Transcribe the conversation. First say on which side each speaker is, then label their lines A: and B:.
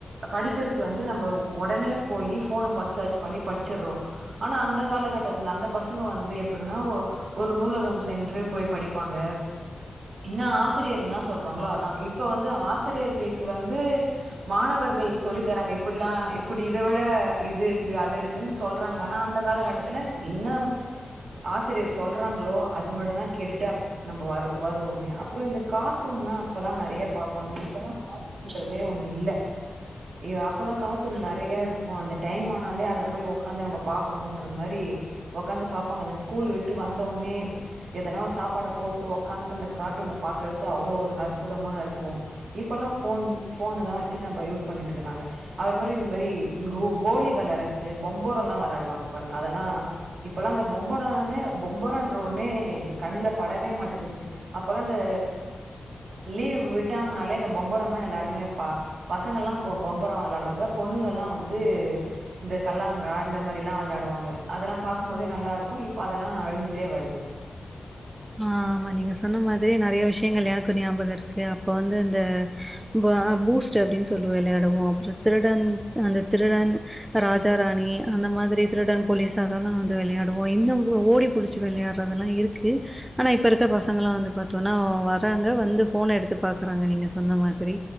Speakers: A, on the right; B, on the right.
A: படிகர்து வந்து நம்ம ஒடனே போயி ஃபோன பாத் சர்ச் பண்ணி படிச்சர்றோம் ஆனா அந்த காலகட்டத்துல அந்த பசங்க வந்து எப்பல்ன்னா ஒ ஒரு நூலகம் சென்று போய் படிப்பாங்க என்ன ஆசிரியர் என்ன சொல்றாங்களோ அதான் இப் வந்து ஆசிரியர்களுக்கு வந்து மாணவர்கள் சொல்லி தராங்க இப்படிலாம் இப்படி இத விட இது இருக்கு அது இருக்குன் சொல்றாங்க ஆனா அந்த காலகட்டத்துல இன்னும் ஆசிரியர் சொல்றாங்களோ அது மட்டும் தான் கேட்டுட்டு அப் நம்ம வரு வருவோமே அப்புறம் இந்த கார்ட்டூன் லாம் அப்பெல்லாம் நெறைய பாப்பாங்க இப்பல்லாம் கார்ட்டூன்றதே ஒண்ணு இல்ல எ அப்போல்லாம் கார்ட்டூன் நெறைய இருக்கும் அந்த டைம் ஆனாலே அத போய் உக்காந்து நம்ம பாக்கணுன்ற மாரி ஒக்காந்து பாப்பாங்க அந்த ஸ்கூல் விட்டு வந்தோனே எதனா ஒரு சாப்பாட போட்டு ஒக்காந்து அந்த கார்டூன பாக்கர்து அவ்ளோ ஒரு அற்புதமா இருக் கோ இப்பல்லாம் ஃபோன் ஃபோன தா வச்சிட் நம்ப யூஸ் பண்ணிட்ருக்காங்க அவர் மாரி இந்த மாரி கோ கோலி விளாறது பொம்போரல்லாம் வெளிடுவாங்க பாருங்க அதெல்லா இப்பல்லாம் அந்த பொம்பரனு பொம்பரன்ற ஒன்னே கண்ல படவே மாட்டுக்குது அப்பல்லாம் இந்த லீவ் விட்டாங்கனாலே இந்த பொம்பரம் தான் எல்லாருமே பா பசங்கள்லாம் கொ பொம்பரம் விளாடுவாங்க பொண்ணுங்கள்லாம் வந்து இந்த கல்லாங்கா இந்த மாரிலாம் வெளாடுவாங்க அதெல்லாம் பாக்கும்போதே நல்லாயிருக்கும் இப்போ அதெல்லா அழிஞ்சிட்டே வருது
B: ஆமா நீங்க சொன்ன மாதிரி நெறைய விஷயங்கள் எனக்கு ஞாபகம் இருக்கு அப்ப வந்து இந்த ப பூஸ்ட்டு அப்டின் சொல்லி விளையாடுவோம் அப்புறம் திருடன் அந்த திருடன் ராஜா ராணி அந்த மாதாரி திருடன் போலீஸ் அதெல்லா வந்து விளையாடுவோம் இன்ன ஓடி புடிச் ச்சி விளையாடுற தெல்லா இருக்கு ஆனா இப்போ இருக்க பசங்களாம் வந்து பாத்தோன்னா வராங்க வந்து ஃபோன எடுத்து பாக்குறாங்க நீங்க சொன்ன மாதிரி